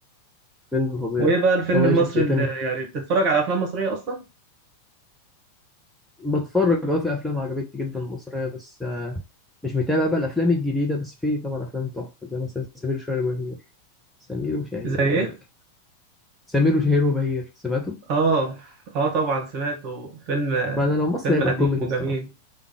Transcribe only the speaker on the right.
وايه بقى الفيلم
المصري
اللي
يعني بتتفرج على افلام مصرية اصلا
زي
ايه
اه اه طبعا سمعته فيلم
فيلم
قديم
وجميل